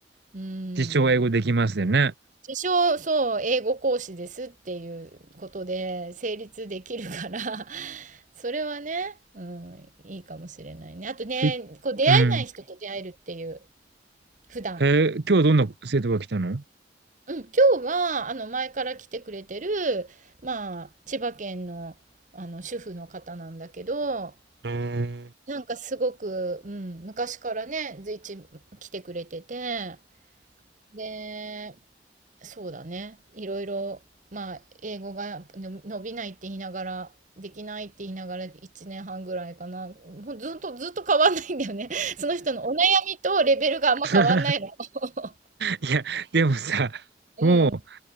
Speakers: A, on the right (about 45°); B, on the right (about 65°).
A: うん。
B: 自称英語できますよね。
A: 自称、そう、英語講師ですっていうことで成立できるから <laughs> それはね、うん、いいかもしれないね。あとね、
B: ひ、
A: こう出会えない人と出会えるっていう、
B: うん。
A: 普段。
B: へえ、今日どんな生徒が来たの
A: うん、今日は、あの、前から来てくれてる、まあ、千葉県の、あの、主婦の方なんだけど、
B: うーん。
A: なんかすごく、うん、昔からね、随一来てくれてて、で、そうだね。いろいろ、まあ、英語がの伸びないって言いながら、できないって言いながら1年半ぐらいかな。もうずっとずっと変わんないんだよね。<laughs> その人のお悩みとレベルがあんま変わんないの。
B: <laughs>
A: <laughs>
B: いや、でもさ、
A: うん。
B: もう、